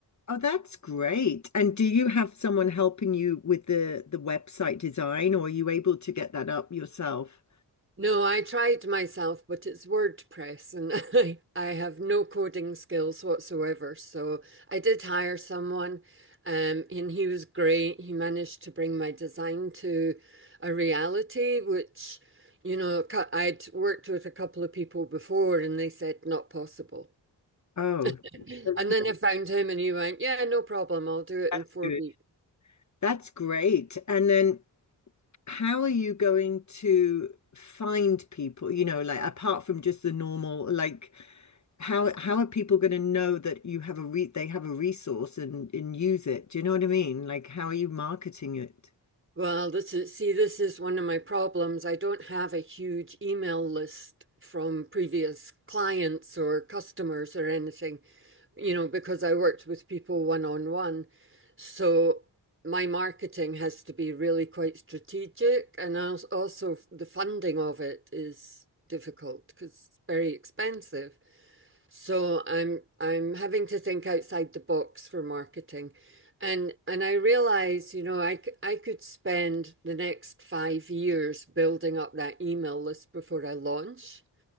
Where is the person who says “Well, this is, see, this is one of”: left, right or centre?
Right